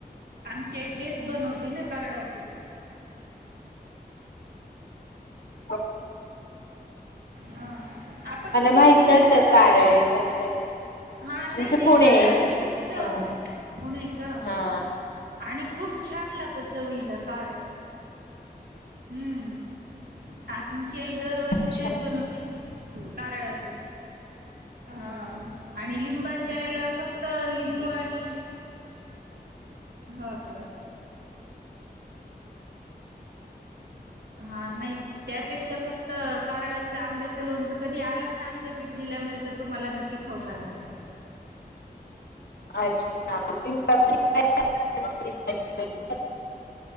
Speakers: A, on the right (about 80°); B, on the left (about 80°).
A: आमच्या इथे तेच बनवते ना. कारळाचच
B: ह
A: हा आपण कुठल्या
B: माहित
A: जिल्ह्यात
B: नव्हतं
A: येतात
B: कारळे
A: ताई?
B: टाकतात.
A: हा नाही
B: आमचं
A: नाही
B: पुणे
A: कारळ.
B: आहे.
A: आणि खूप
B: हा
A: होणय का?
B: हा
A: आणि खूप छान लागतं. चवीला कारळ हं. आमच्या आ दरवर्षी
B: अच्छा
A: तेच बनवती ना. कारळाच हा आणि लिंबाच्या ह्याला फक्त लिंबू आणि हा का? हा नाही त्यापेक्षा फक्त कारळाच आंब्याचं लोणच कधी आलात ना आमच्या बीड जिल्ह्यात तुम्हाला नक्की खाऊ घालतो.
B: अच्छा् <inaudible> <unintelligible> <inaudible> <inaudible>